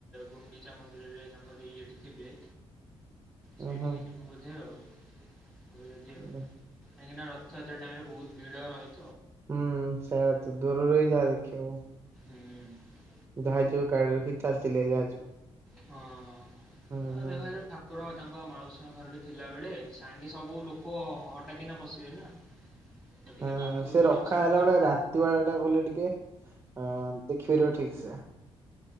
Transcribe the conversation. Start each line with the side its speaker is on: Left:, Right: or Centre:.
Centre: ଗୁଣ୍ଡିଚା ମ <unintelligible> ତାଙ୍କର ଇଏଟି ଥିବେ।
Right: <inaudible>
Centre: ସେଇଠିକି
Right: ହୁଁ
Centre: ଯିବୁ ବୋଧେ ଆଉ। <unintelligible>
Right: ଉଁ,
Centre: କାହିଁକି ନା ରଥଯାତ୍ରା ଟାଇମରେ ବହୁତ ଭିଡ଼ ରହି
Right: ହୁଁ ସେଇ ତ ଦୂରରୁ ରହି ଯାହା ଦେଖିବ।
Centre: ହୁଁ।
Right: <unintelligible>
Centre: ହଁ
Right: ହୁଁ ହୁଁ
Centre: ଦେଖାଯାଉ ଠାକୁର ତାଙ୍କ ମାଉସୀଙ୍କ ଘରଠି ଥିଲାବେଳେ ସାଙ୍ଗେ ସବୁ ଲୋକ ହଠାତ୍ କିନା ପଶିବେ ନା। ତ ଟିକେ
Right: ହୁଁ
Centre: ପାଖରୁ
Right: ସେ
Centre: ବି
Right: ରଖା
Centre: ଦର୍ଶନ
Right: ହେଲା
Centre: କରିବେ।
Right: ବେଳେ ରାତି ବେଳା ଟା ଗଲେ ଟିକେ ହଁ ଦେଖିପାରିବ ଠିକ୍ ସେ।